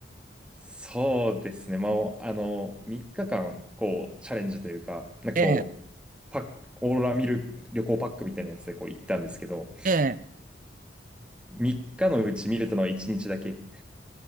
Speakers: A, in the centre; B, on the right (about 45°).
A: そうですね、もうあの3日間こうチャレンジというか、なんかこう、
B: ええ、
A: パック、オーロラ見る旅行パックみたいなやつでこう行ったんですけど、
B: ええ。
A: 3日のうち見れたのは1日だけ。